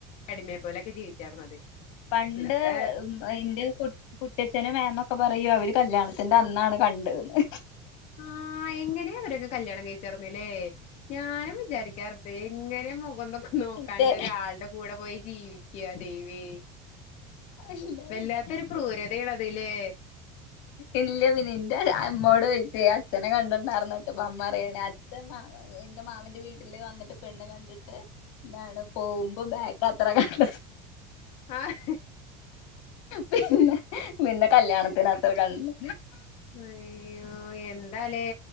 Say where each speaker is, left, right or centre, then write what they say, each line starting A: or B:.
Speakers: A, on the left (about 45°); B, on the left (about 80°).
A: അടിമയെ പോലൊക്കെ ജീവിച്ചർന്നത്
B: പണ്ട്
A: ഇന്നത്തെ
B: ഇന്റെ കുട്ട്യഛനും മേമൊക്കെ പറയും അവര് കല്യാണത്തിന്റെ അന്നാണ് കണ്ടതെന്ന്
A: ആഹ് എങ്ങനെ അവരൊക്കെ കല്യാണം കഴിച്ചർന്നില്ലേ ഞാനും വിചാരിക്കാറ്ണ്ട് എങ്ങനെ മൊഖം നോക്കും നോക്കാണ്ട്
B: ഇന്റെ
A: ഒരാളുടെ കൂടെ പോയി ജീവിക്ക ദേവിയെ
B: ഇല്ല
A: വല്ലാത്തരു
B: പിന്നെ
A: ക്രൂരതേണ്
B: പിന്നെ
A: അത് ലേ
B: ഇല്ല പിന്നെ ഇന്റെ അമ്മോട് ചോയിച്ചേ അച്ഛനെ കണ്ടണ്ടായിരന്നപ്പ അമ്മ പറയേണ് അ ച്ചൻ മാ എന്റെ മാമന്റെ വീട്ടില് വന്നിട്ട് പെണ്ണ് കണ്ടിട്ട് എന്താണ് പോകുമ്പോ ബാക്ക് അത്ര കണ്ടത്
A: ആഹ്
B: പിന്നെ പിന്നെ കല്യാണത്തിന് ആത്ര കണ്ടേ
A: അയ്യോ എന്താലേ